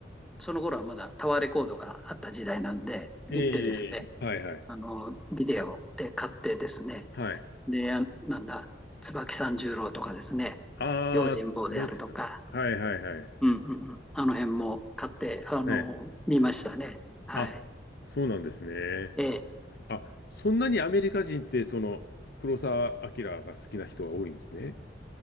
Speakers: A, in the centre; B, on the left.
A: その頃はまだタワーレコードがあった時代なんで、
B: ええ、
A: 行ってですね、
B: はいはい。
A: あの、ビデオで買ってですね、
B: はい。
A: で、なんだ、椿三十郎とかですね、
B: ああ、
A: 用心棒であるとか、
B: つ、つばきさん。はいはいはい。
A: うんうんうん、あの辺も買って、あの、
B: ええ。
A: 見ましたね。はい。
B: あ、そうなんですね。
A: ええ、
B: あ、そんなにアメリカ人って、その、黒澤明が好きな人が多いんですね。